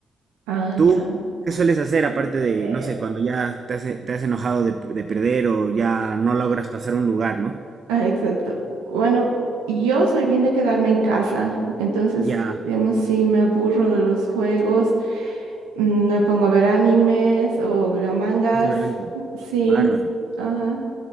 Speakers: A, on the right; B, on the right.
A: Ah,
B: ¿Tú
A: ya.
B: qué sueles hacer aparte
A: Eh,
B: de, no sé, cuando ya te has, e- te has enojado de, de perder o ya no logras pasar un lugar, ¿no?
A: ah, exacto. Bueno, yo soy bien de quedarme en casa, entonces,
B: Ya,
A: digamos, si me aburro de los juegos, mm, me pongo a ver animes o veo mangas,
B: soberanía.
A: sí,
B: Bárbaro.
A: ajá.